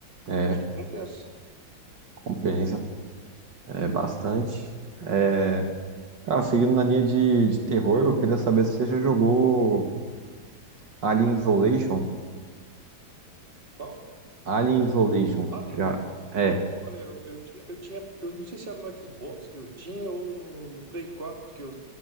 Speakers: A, on the right; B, on the right.
A: É,
B: Eu acho que compensa.
A: compensa é bastante. É, cara, seguindo na linha de, de terror, eu queria saber se você já jogou Alien Isolation.
B: Qual?
A: Alien Isolation,
B: Vale?
A: já é.
B: Olha, eu, eu tinha, eu tinha, eu não sei se era no Xbox que eu tinha ou no, no Play 4 que eu.